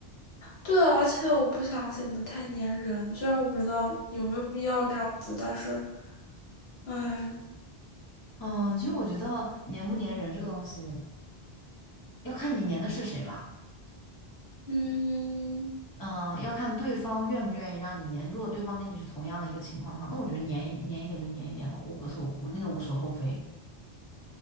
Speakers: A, on the left; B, on the left.
A: 对啊，而且我不想显得太粘人，虽然我不知道有没有必要这样子，但是，哎，
B: 嗯，其实我觉得粘不粘人这个东西，要看你粘的是谁吧。
A: 嗯，
B: 嗯，要看对方愿不愿意让你粘。如果对方跟你是同样的一个情况的话，那我觉得粘一粘一点就粘一点了，无可厚，那个无所厚非。